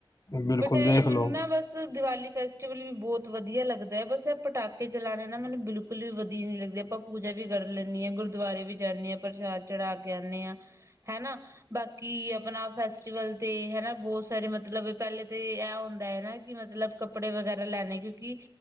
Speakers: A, on the left; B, on the right.
A: ਬਿਲਕੁਲ
B: ਵੱਟ ਇਹ
A: ਦੇਖ
B: ਹੀ ਮੈਨੂੰ
A: ਲਓ
B: ਨਾ ਬਸ ਬਸ ਦੀਵਾਲੀ ਫੈਸਟੀਵਲ ਵੀ ਬਹੁਤ ਵਧੀਆ ਲੱਗਦਾ ਹੈ। ਬਸ ਪਟਾਕੇ ਚਲਾਉਣੇ ਨਾ ਮੈਨੂੰ ਬਿਲਕੁਲ ਵੀ ਵਧੀਆ, ਨੀ ਲੱਗਦੇ ਆਪਾਂ ਪੂਜਾ ਵੀ ਕਰ ਲੈਂਦੀ ਹਾਂ, ਗੁਰਦੁਆਰੇ ਵੀ ਜਾਂਦੀ ਹਾਂ। ਪ੍ਰਸ਼ਾਦ ਚੜਾ ਕੇ ਆਉਂਦੇ ਹਾਂ ਹਨਾ। ਬਾਕੀ ਕਿ ਆਪਣਾ ਫੈਸਟੀਵਲ ਤੇ ਹੈਨਾ ਬਹੁਤ ਸਾਰੇ ਮਤਲਬ ਪਹਿਲੇ ਤਾਂ ਇਹ ਹੁੰਦਾ ਹੈਨਾ। ਕਿ ਮਤਲਬ ਕੱਪੜੇ ਵਗੈਰਾ ਲੈਣੇ। ਕਿਉਕਿ